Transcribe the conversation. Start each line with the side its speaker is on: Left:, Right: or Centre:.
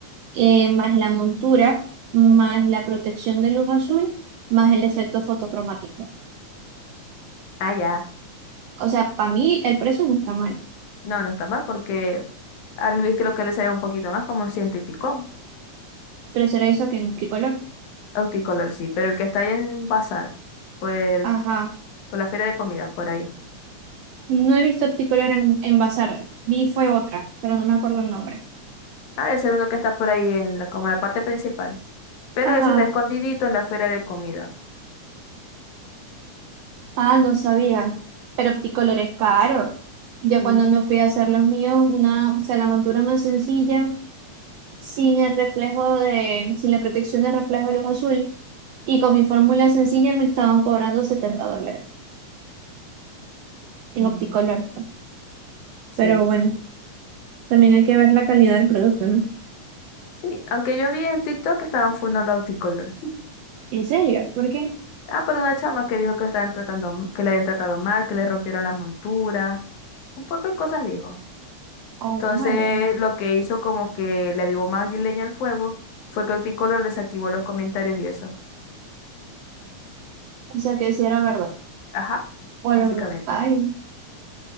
Right: eh, más la montura, más la protección de luz azul, más el efecto fotocromático.
Left: Ah, ya.
Right: O sea, para mí el precio no está mal,
Left: No, no está mal porque a Luis creo que le sale un poquito más, como un ciento y pico.
Right: pero se lo hizo que en Opticolor.
Left: Opticolor sí, pero el que está ahí en Bazar, por, el-
Right: Ajá,
Left: por la feria de comidas, por ahí.
Right: no he visto Opticolor en, en Bazar, vi fue otra, pero no me acuerdo el nombre.
Left: Ah, el segundo que está por ahí en la, como la parte principal. Pero
Right: Ajá.
Left: ese está escondidito en la feria de comida.
Right: Ah, no sabía. Pero Opticolor es caro. Yo
Left: Sí.
Right: cuando me fui a hacer los míos, una, o sea, la montura más sencilla, sin el reflejo de, sin la protección de reflejo de luz azul, y con mi fórmula sencilla me estaban cobrando 70 dólares en
Left: Mm.
Right: Opticolor. pues.
Left: Sí,
Right: Pero bueno, también hay que ver la calidad del producto, ¿no?
Left: sí. Aunque yo vi en TikTok que estaban fundando Auticolor. <laughs>
Right: ¿En serio? ¿Por qué?
Left: Ah, por una chama que dijo que lo estaban tratando, m- que le habían tratado mal, que le rompieron la montura. Un poco de cosas dijo.
Right: Oh
Left: Entonces,
Right: my God.
Left: lo que hizo como que le avivó más leña al fuego fue que Auticolor desactivó los comentarios y eso.
Right: O sea, que si era verdad.
Left: Ajá,
Right: Bueno,
Left: básicamente.
Right: ay,